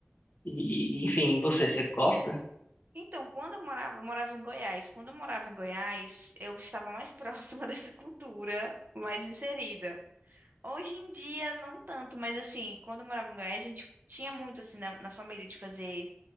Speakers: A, on the left; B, on the right.
A: E, enfim, você, você gosta?
B: Então, quando eu morava, eu morava em Goiás. Quando eu morava em Goiás, eu estava mais <laughs> próxima dessa cultura, mais inserida. Hoje em dia, não tanto, mas assim, quando eu morava em Goiás, a gente tinha muito, assim, na, na família de fazer